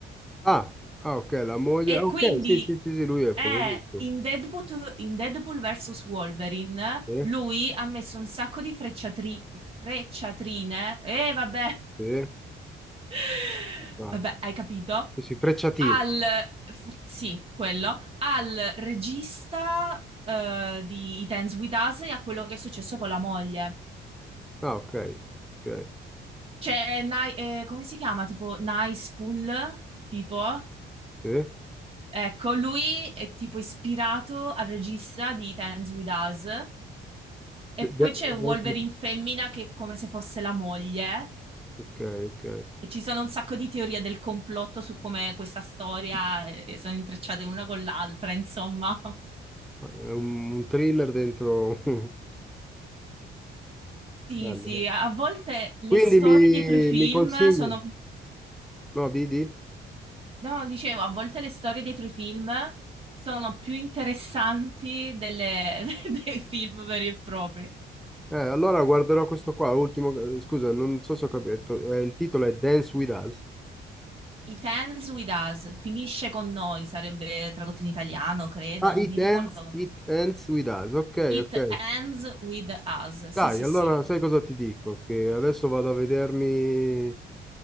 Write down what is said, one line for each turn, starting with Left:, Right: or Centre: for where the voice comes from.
Centre: Ah, ah, ok, la moglie.
Right: E
Centre: ah, Ok,
Right: quindi
Centre: sì, sì, sì, sì, lui è
Right: è
Centre: famosissimo.
Right: in Deadpool, in Deadpool vs. Wolverine,
Centre: Sì,
Right: lui ha messo un sacco di frecciatri- frecciatrine, e vabbè,
Centre: sì,
Right: <laughs>
Centre: ah,
Right: vabbè, hai capito?
Centre: sì, sì, Frecciatino.
Right: Al, fr- sì, quello, al regista eh, di It Ends With Us e a quello che è successo con la moglie.
Centre: Ah, ok, ok,
Right: Cioè, Ni- eh, come si chiama? Tipo Nice Pool? Tipo?
Centre: sì. De-
Right: Ecco, lui è tipo ispirato al regista di Dance With Us e
Centre: de-
Right: poi c'è Wolverine
Centre: Dance with-
Right: femmina che è come se fosse la moglie
Centre: ok, ok.
Right: e ci sono un sacco di teorie del complotto su come questa storia eh, eh, sono intrecciate una con l'altra, insomma. <laughs>
Centre: È un, un thriller dentro... <laughs>
Right: Sì,
Centre: Bello,
Right: sì,
Centre: bello.
Right: a a volte le
Centre: Quindi
Right: storie
Centre: mi,
Right: dietro i film
Centre: mi consigli?
Right: sono,
Centre: No, Didi?
Right: no, dicevo, a volte le storie dietro i film sono più interessanti delle- <laughs> dei film veri e propri.
Centre: Eh, allora guarderò questo qua, l'ultimo... eh, Scusa, non so se ho capito. eh, il titolo è Dance With Us.
Right: It ends with us, finisce con noi, sarebbe tradotto in italiano, credo,
Centre: Ah,
Right: non
Centre: It
Right: mi ricordo
Centre: Ends,
Right: come.
Centre: It Ends With Us. Ok,
Right: It
Centre: ok.
Right: ends with us. Sì,
Centre: Dai,
Right: sì,
Centre: allora
Right: sì.
Centre: sai cosa ti dico? Che adesso vado a vedermi